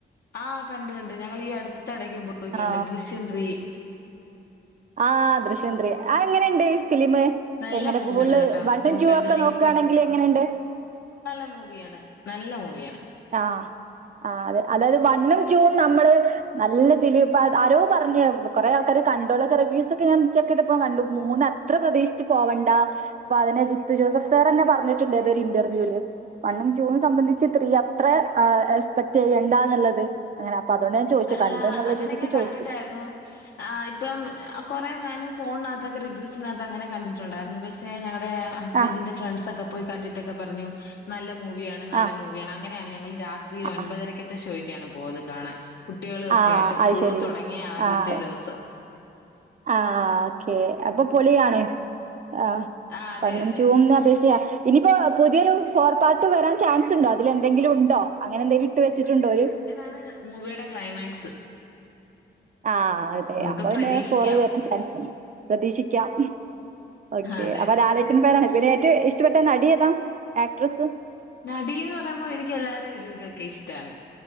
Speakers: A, on the left; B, on the right.
A: ആഹ് കണ്ട് കണ്ട് ഞങ്ങളീ ഈ അടു അടിത്തിടയ്ക് പോയി കണ്ട്
B: ആ
A: ദൃശ്യം ത്രീ
B: ആഹ് ദൃശ്യം ത്രീ ആ എങ്ങനെയുണ്ട് ഫിലിം
A: നല്ല
B: എങ്ങനെ
A: മൂവിയാണ്
B: ഫുള്ള്
A: കേട്ടാ
B: വണ്ണും
A: പോയി
B: ടൂ
A: കണ്ടില്ലെങ്കി
B: ഒക്കെ നോക്കുകയാണെങ്കിൽ
A: പോയി
B: എങ്ങനെയുണ്ട്
A: നല്ല മൂവിയാണ് നല്ല മൂവി
B: ആഹ് അത് അതായത് വണ്ണും ടൂും നമ്മള് നല്ല ഫിലിം പ്പ ആരോ പറഞ്ഞു കൊറെേ ആൾക്കാര് കണ്ടോല്ലൊക്കെ റിവ്യൂസ് ഒക്കെ ഞാൻ ചെക്ക് ചെയ്തപ്പോ കണ്ടു മൂന്ന് അത്ര പ്രതീശിച്ചച്ച് പോവണ്ട ഇപ്പൊ അതിനെ ജിത്തു ജോസഫ് സാർന്നെ പറഞ്ഞിട്ടുണ്ട് ഏതൊ ഒരു ഇന്റർവ്യൂൽ വണ്ണും ടൂവും സംബന്ധിച്ച് ത്രീയ അത്ര എസ്പെക്ട് ചെയ്യണ്ടാന്നുള്ളത് അങ്ങനെ അപ്പൊ അതുകൊണ്ട് ഞാൻ ചോദിച്ചു
A: അല്ല
B: കണ്ട് എന്നുള്ള
A: അങ്ങനെയൊക്കെ
B: രീതിക്ക് ചോദിച്ചതാ
A: കണ്ടിട്ടായിരുന്നു ആ ഇപ്പം കൊറേ ഞാനും ഫോണിനാതൊക്കെ റിവ്യൂസിനാത്ത് അങ്ങനെ കണ്ടിട്ടുണ്ടായിരുന്നു പക്ഷെ ഞങ്ങൾ ഹസ്ബന്റിന്റെ
B: ആഹ്
A: ഫ്രണ്ട്സ് ഒക്കെ പോയി കണ്ടിട്ടൊക്കെ പറഞ്ഞു നല്ല മൂ വിയാണ് നല്ല
B: ആഹ്
A: മൂവിയാണ് അങ്ങനെയാണ് ഞങ്ങൾ രാത്രി ഒമ്പപതരക്കത്തെ
B: ആഹ്
A: ഷോയ്ക്ക് ഒക്കെയാണ് പോയത് കാണാൻ കുട്ടികളൊക്കെ
B: ആഹ്
A: ആയിട്ട് സ്കൂള്
B: അത് ശരി
A: തുടങ്ങിയ ആദ്യത്തെ
B: ആഹ്
A: ദിവസം
B: ആഹ് ഓക്കെ അപ്പൊ പൊളിയാണ് ആ
A: ആ അതെ
B: വണ്ണും
A: അതെ
B: ടൂവിന് അപേക്ഷയ ഇനിയിപ്പോ പുതിയൊരു ഫോർ പാർട്ട് വരാൻ ചാൻസ് ഉണ്ടോ അതിലെന്തെങ്കിലും ഉണ്ടോ അങ്ങനെ എന്തെങ്കിലും ഇട്ട് വെച്ചിട്ടുണ്ടോ
A: അതെ അതെ
B: ഓര്
A: അങ്ങനാണ് മൂവിയുടെ ക്ലൈമാക്സ്
B: ആഹ് അതെ
A: നമുക്ക്
B: അപ്പൊ
A: പ്രതീക്ഷിക്കാം
B: എന്നന്നെ ഫോർ വരാൻ ചാൻസ്ുണ്ട് പ്രതീക്ഷിക്കാം ഓക്കെ
A: അതെ
B: അപ്പൊ ലാലട്ടൻ ഫാനാണ് പിന്നെ ഏറ്റവും ഇഷ്ടപ്പെെട്ട നടിയേതാ ആക്ട്രസ്സ്
A: നടീന്ന് പറയുമ്പോ എനിക്ക് എല്ലാരും ഒരുവിധമൊക്കെ ഇഷ്ടമാണ്